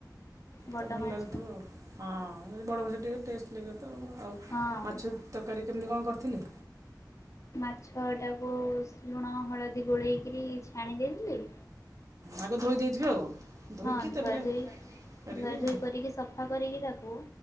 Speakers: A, on the left; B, on the right.
A: ବଡ଼
B: ତ ଭଲ
A: ମାଛ
B: ଲାଗୁଥିବ ହଁ ବଡ଼ ମାଛ ଟିକେ ଟେଷ୍ଟ ଲାଗିବ ତ ଆଉ
A: ହଁ
B: ମାଛ ତରକାରୀ କେମିତି କଣ କରିଥିଲ?
A: ମାଛ ଟାକୁ ଲୁଣ ହଳଦୀ ଗୋଳେଇକରି ଛାଣି ଦେଇିଥିଲି।
B: ଆଗ ଧୋଇ ଦେଇେଥିବେ ଆଉ? ଧୋଇକି
A: ହଁ ଧୁଆ
B: ତାପରେ
A: ଧୁଇ
B: କରିକି
A: ଧୁଆ ଧୁଇ କରିକି ସଫା କରିକି ତାକୁ